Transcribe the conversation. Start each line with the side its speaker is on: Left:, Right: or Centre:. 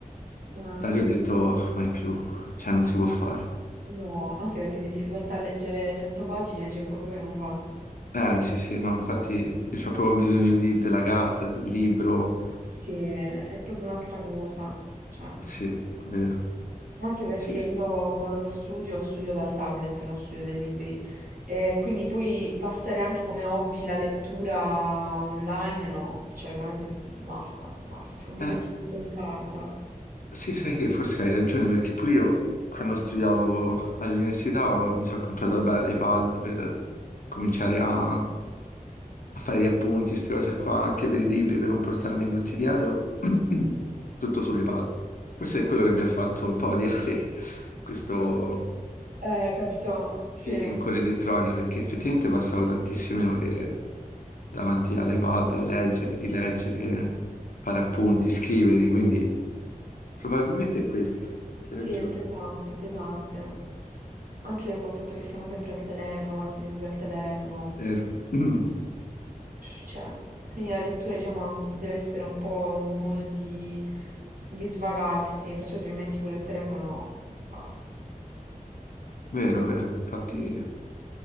Right: Ah,
Left: Da lì ho detto, mai più, cioè non si può fare.
Right: No, anche perché se hai difficoltà a leggere 100 pagine c'è qualcosa che non va.
Left: Eh sì sì, no, infatti io ho proprio bisogno di- della carta, del libro.
Right: Sì, è è proprio un'altra cosa. Cioè,
Left: Sì, vero.
Right: anche perché
Left: Sì, sì.
Right: io con lo studio studio dal tablet, non studio dai libri. E quindi poi passare anche come hobby la lettura online, no, cioè veramente basta, basta, <laughs> ho bisogno
Left: Eh,
Right: di un po' di carta.
Left: Sì, sai che forse hai ragione, perché pure io quando studiavo all'università ho- mi sono comprato beh, l'iPad per cominciare a, a fare gli appunti, queste cose qua, anche per i libri, per non portarmi tutti dietro, <clears throat> tutto sull'iPad. Forse è quello che mi ha fatto un po' odiare <laughs> questo
Right: Eh, capito? Sì,
Left: feeling con l'elettronica, perché effettivamente passavo tantissime ore davanti all'iPad a leggere, rileggere, fare appunti, scrivere, quindi probabilmente è questo, c'hai
Right: sì,
Left: ragione.
Right: è pesante, è pesante. Anche col fatto che siamo sempre al telefono, qualsiasi cosa al telefono.
Left: Vero, <clears throat> Mm,
Right: Cioè, quindi la lettura, diciamo, ha un- deve essere un po' un modo di, di svagarsi, perciò se mi metti pure il telefono, no, basta.
Left: vero, vero. Infatti,
Right: Mm.